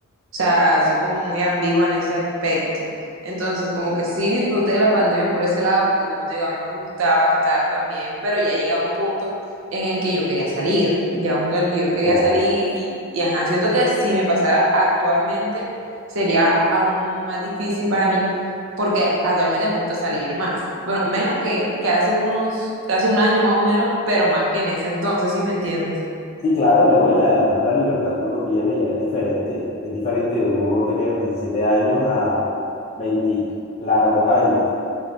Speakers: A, on the right (about 65°); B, on the left (about 30°).
A: sea, soy como muy ambigua en ese aspecto. Entonces, como que sí disfruté de la pandemia por ese lado, porque como te digo, a mí me gustaba estar también, pero ya llegaba un punto en el que yo quería salir, llegaba un punto en el que yo quería
B: claro.
A: salir y, y ajá, siento que si me pasara actualmente sería aún más difícil para mí, porque actualmente me gusta salir más. Bueno, menos que, que hace unos, que hace un año más o menos, pero más que en ese entonces, ¿sí me entiendes?
B: Sí, claro, no, y además la libertad que uno tiene ya es diferente. Es diferente uno tener 17 años a 20 largos años,